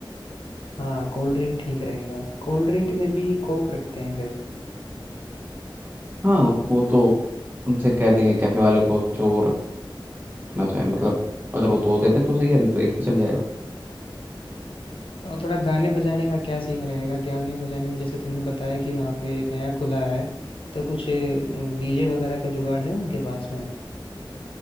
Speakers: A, on the left (about 85°); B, on the right (about 25°).
A: हाँ कोल्ड ड्रिंक ठीक रहेगा कोल्ड ड्रिंक में भी कोक रखते हैं फिर
B: हाँ वो तो उनसे कह देंगे कैफ़े वाले को जो वो रखना चाहे मतलब अगर वो दो दे दे तो सही है नहीं तो एक भी चल जाएगा
A: और थोड़ा गाने बजाने का क्या सीन रहेगा गाने बजाने में जैसे तुमने बताया कि वहाँ पे नया खुला है तो कुछ डीजे वगैरह का जुगाड़ है उनके पास में